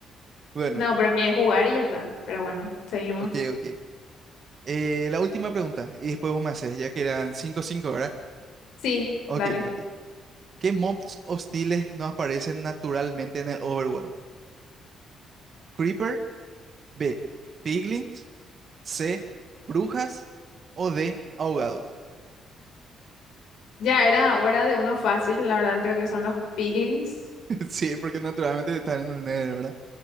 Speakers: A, on the right (about 50°); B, on the left (about 80°).
A: Bueno,
B: No, pero a mí es jugar y ya está. Pero bueno, seguimos.
A: ok, ok. Eh, la última pregunta, y después vos me haces, ya que eran cinco cinco ¿verdad?
B: Sí,
A: Ok,
B: dale.
A: ok. ¿Qué mobs hostiles no aparecen naturalmente en el Overworld? Creeper, B, Piglins, C, Brujas o D, Ahogados.
B: Ya era hora de uno fácil, la verdad creo que son los piglins.
A: <laughs> Sí, porque naturalmente están en el Nether, ¿verdad?